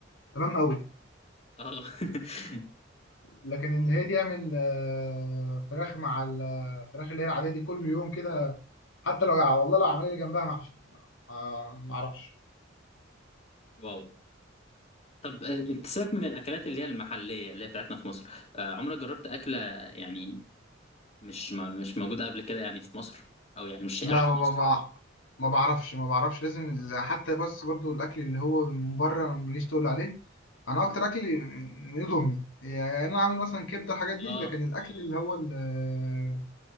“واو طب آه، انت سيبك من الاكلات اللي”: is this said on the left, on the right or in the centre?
Left